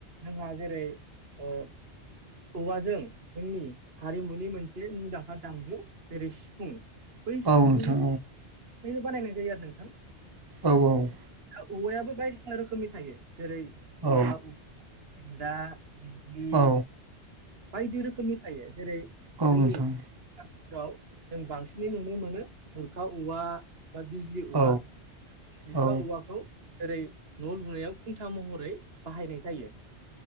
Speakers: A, on the right (about 60°); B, on the right (about 25°).
A: जोंहा जेरै ओ औवाजों जोंनि हारिमुनि मोनसे मुंदांखा दामजु जेरै सिफुं बै सिफुंखौ
B: औ नोंथां
A: बैनो बानायनाय जायो आरो नोंथां
B: औ औ
A: दा औवायाबो बायदिसिना रोखोमनि थायो जेरै गुरखा
B: औ
A: <unintelligible> बिजलि
B: औ
A: बायदि रोखोमनि थायो जेरै
B: औ
A: जोंनि
B: नोंथां
A: <unintelligible> जों बांसिनै नुनो मोनो बुरखा औवा बा बिजलि औवा
B: औ
A: खुथा
B: औ
A: औवाखौ ओरै न' लुनायाव खुन्था महरै बाहायनाय जायो